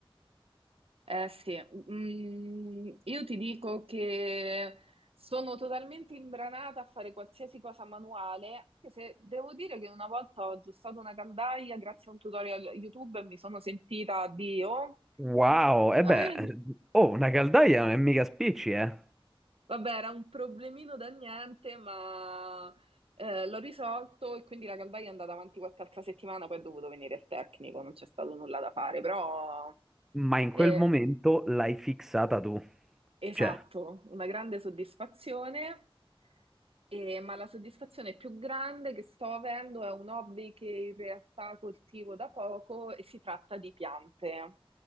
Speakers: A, on the right; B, in the centre.
A: Eh sì, mm, io ti dico che sono totalmente imbranata a fare qualsiasi cosa manuale, anche se devo dire che una volta ho aggiustato una caldaia grazie a un tutorial YouTube e mi sono sentita Dio.
B: Wow, e
A: <laughs>
B: beh, oh, una caldaia non è mica spicci, eh?
A: Vabbè, era un problemino da niente, ma eh, l'ho risolto e quindi la caldaia è andata avanti qualche altra settimana, poi è dovuto venire il tecnico, non c'è stato nulla da fare, però...
B: Ma in
A: eh,
B: quel momento l'hai fissata tu.
A: Esatto,
B: Cioè,
A: una grande soddisfazione, e- ma la soddisfazione più grande che sto avendo è un hobby che in realtà coltivo da poco e si tratta di piante.